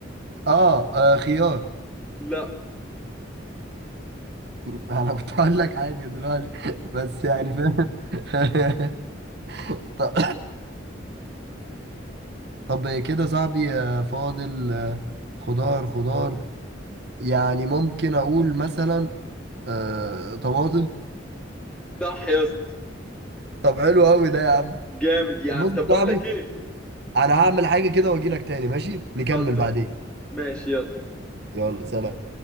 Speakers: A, on the right (about 60°); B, in the centre.
A: آه, اه خيار
B: لا
A: <laughs> انا كنت هقول لك حاجة دلوقتي بس يعني فاهم <laughs> طب <coughs> طب كده صاحبي آه، فاضل آه، خضار خضار يعني ممكن اقول مثلا آه طماطم
B: صح يا اسطى
A: طب حلو قوي ده يا عم
B: جامد يا
A: طب
B: عم
A: بص
B: طب
A: يا
B: بقول
A: صاحبي
B: لك ايه
A: انا هعمل حاجة كده واجي لك تاني ماشي نكمل
B: خلص
A: بعدين
B: ماشي يلا
A: يلا سلام